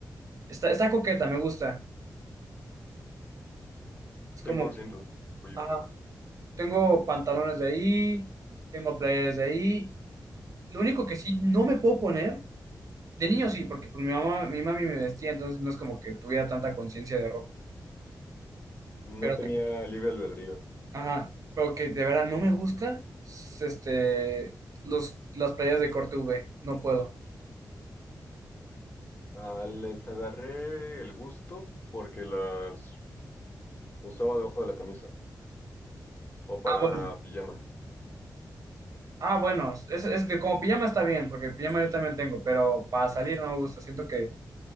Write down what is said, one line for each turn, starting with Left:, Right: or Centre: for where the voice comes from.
Right: está, está coqueta, me gusta. Es como.
Left: cien por ciento, Oye,
Right: Ah, tengo pantalones de ahí, tengo playeras de ahí. Lo único que sí no me puedo poner. De niño sí, porque pues mi mamá, mi mami me vestía, entonces no es como que tuviera tanta conciencia de ropa.
Left: no
Right: pero
Left: tenía libre albedrío.
Right: Ajá, pero que de verdad no me gusta, s- este, los, las playas de corte V, no puedo.
Left: Ah, les agarré el gusto porque las usaba debajo de la camisa o para
Right: Ah, bueno,
Left: pijama.
Right: ah, bueno, es, es que como pijama está bien, porque pijama yo también tengo, pero para salir no me gusta, siento que,